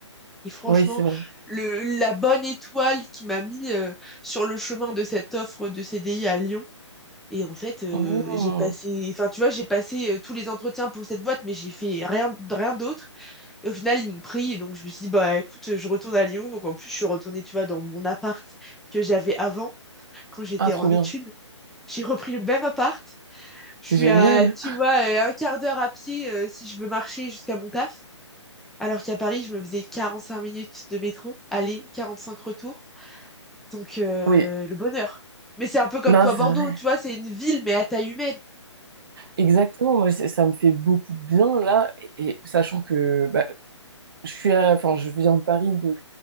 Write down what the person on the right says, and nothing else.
Oui, c'est vrai.
Mm.
Ah, trop
bien.
C'est
génial.
Oui,
non,
c'est
vrai.
Exactement. Moi, c'est- ça me fait beaucoup de bien là, et sachant que bah, je suis, à- enfin, je viens de Paris, donc